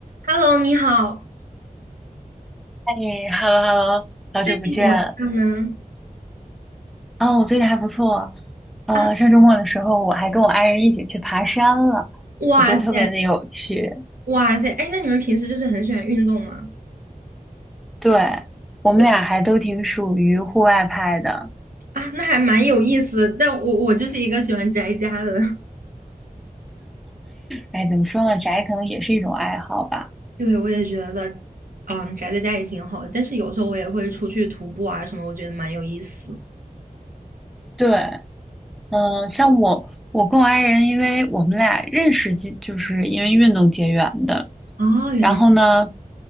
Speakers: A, on the right; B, in the centre.
A: Hello，你好，
B: 哎，hello hello，好久不见。
A: 最近怎么样呢？
B: 哦，我最近还不错。呃，
A: 啊，
B: 上周末的时候，我还跟我爱人一起去爬山了，
A: 哇塞，
B: 我觉得特别的有趣。
A: 哇塞，哎，那你们平时就是很喜欢运动吗？
B: 对，我们俩还都挺属于户外派的。
A: 我啊，那还蛮有意思的，但我我就是一个喜欢宅家的。<laughs>
B: 哎，怎么说呢，宅可能也是一种爱好吧。
A: 对，我也觉得，嗯，宅在家也挺好的，但是有时候我也会出去徒步啊什么，我觉得蛮有意思。
B: 对，嗯、像我，我跟我爱人，因为我们俩认识几就是因为运动结缘的。
A: 哦，原来是，
B: 然后呢，